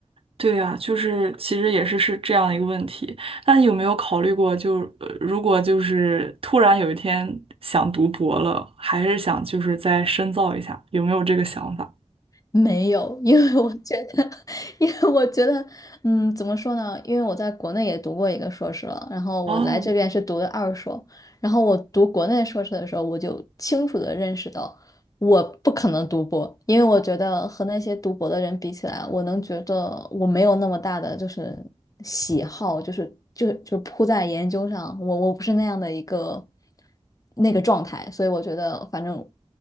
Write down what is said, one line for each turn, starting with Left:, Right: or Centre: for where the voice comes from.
Right: 对啊，就是其实也是是这样一个问题。那你有没有考虑过就，呃如果就是突然有一天想读博了，还是想就是再深造一下，有没有这个想法？
Left: 没有，因为我觉得，<laughs> 因为我觉得，嗯，怎么说呢？因为我在国内也读过一个硕士了，然后我来这边是读的二硕，
Right: 哦，
Left: 然后我读国内硕士的时候，我就清楚的认识到。我不可能读博，因为我觉得和那些读博的人比起来，我能觉得我没有那么大的就是喜好，就是就就扑在研究上，我我不是那样的一个那个状态，所以我觉得反正